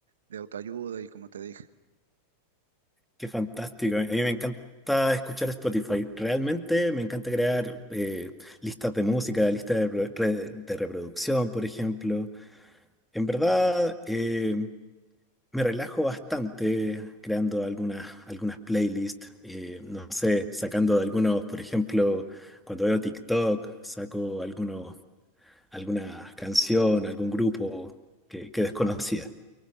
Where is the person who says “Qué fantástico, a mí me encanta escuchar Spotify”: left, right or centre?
Centre